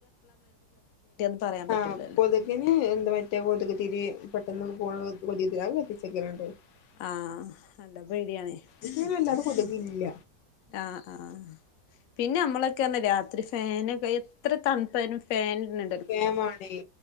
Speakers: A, on the left (about 70°); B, on the left (about 80°).
A: <unintelligible> പറ്റൂലല്ലോ
B: ആഹ പോത എന്താ മറ്റേ കൊതുക് തിരി പെട്ടെന്ന് പോണ കൊത <unintelligible>
A: ആഹ എന്താ പേടിയണേ
B: ഇങ്ങനെ അല്ലാതെ കൊടുവില്ല
A: ആഹ ആഹ പിന്നെ നമ്മളൊക്കെന്നാ രാത്രി ഫാനൊക്കെ എത്ര തണുപ്പാ നും ഫാനിടും
B: ഫ മാണാ ടി